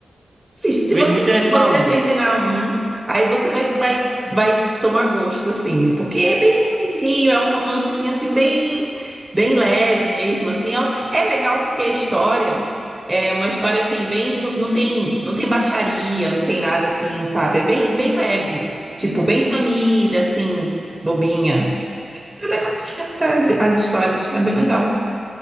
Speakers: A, on the right (about 25°); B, on the right (about 45°).
A: Se, se
B: Vejo
A: você,
B: muita gente
A: se você
B: falando.
A: terminar um, aí você vai, vai, vai tomar gosto, assim, porque é bem levezinho, é um romancezinho, assim, bem, bem leve mesmo, assim. É, um, é legal porque a história é uma história, assim, bem... Não, não tem, não tem baixaria, não tem nada, assim, sabe? É bem, bem leve, tipo, bem família, assim, bobinha. Isso é legal, sim, tá? as, as histórias, é bem legal.